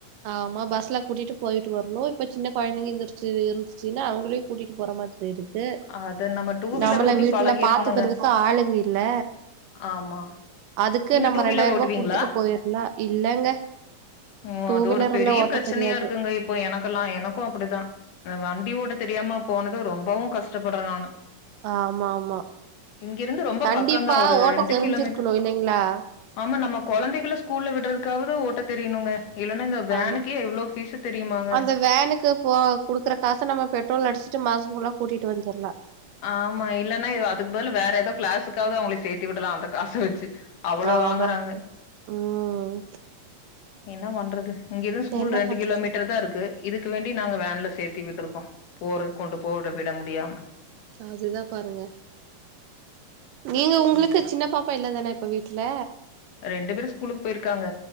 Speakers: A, on the right; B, on the left.
A: ஆமா பஸ்ல கூட்டிட்டு போயிட்டு வர்ணு இப்ப சின்ன கொழந்தைங்க எந்திருச்சு இருந்துச்சுனா அவ்ங்களயு கூட்டிட்டு போற மாதிரி இருக்கு
B: அத நம்ம டூ வீலர்
A: நம்மள
B: ஓட்டி
A: வீட்ல
B: பழகி
A: பாத்துக்குறதுக்கு
B: இருக்கணுங்க
A: ஆளுங்க இல்ல
B: ஆமா
A: அதுக்கு
B: நீங்க
A: நம்ம
B: டூ
A: ரெண்டாயிர்ரூவா
B: வீலர் ஓட்டுவீங்களா
A: குடுத்துட்டு போயிர்லா இல்லங்க
B: ஓ
A: டூ
B: அது
A: வீலர்
B: ஒரு பெரிய
A: எல்லா ஓட்ட
B: பிரச்சனையா
A: தெரியாது
B: இருக்குங்க இப்போ எனக்கெல்லா எனக்கு அப்டிதா அ வண்டி ஓட்ட தெரியாம போனது ரொம்பவு கஷ்டப்பட்றே நானு
A: ஆமாம்மா
B: இங்கிருந்து ரொம்ப
A: கண்டிப்பா
B: பக்கந்தா ஒரு
A: ஓட்ட
B: ரெண்டு
A: தெரிஞ்சிருக்கணு
B: கிலோமீட்டர்
A: இல்லைங்ளா
B: ஆமா நம்ம கொழந்தைகள ஸ்கூல்ல விட்றதுக்காவது ஓட்ட தெரியணுங்க இல்லனா இந்த வேனுக்கே
A: ஆமா
B: எவ்ளோ ஃபீஸு தெரியுமாங்க
A: அந்த வேனுக்கு இப்போ குடுக்குற காச நம்ம பெட்ரோல் அடிச்சுட்டு மாச ஃபுல்லா கூட்டிட்டு வந்துர்லா
B: ஆமா இல்லனா இவ அதுக்கு பதில் வேற எதோ கிளாஸுக்காவ்து அவ்ங்கள சேத்தி விடலா அந்த காச வச்சு அவ்ளோ
A: ஆமாக்கா
B: வாங்குறாங்க
A: ம்
B: என்ன பண்றது இங்கெ இருந்து ஸ்கூல்
A: என்ன
B: ரெண்டு
A: பண்றது
B: கிலோ மீட்டரு தா இருக்கு இதுக்கு வேண்டி நாங்க வேன்ல சேத்தி விட்ருக்கோ போறது கொண்டு போவுட விட முடியாம
A: அதுதா பாருங்க நீங்க உங்களுக்கு
B: ம்
A: சின்ன பாப் பா இல்லாதானே இப்ப வீட்டுல
B: ரெண்டு பேரு ஸ்கூலுக்கு போயிருக்காங்க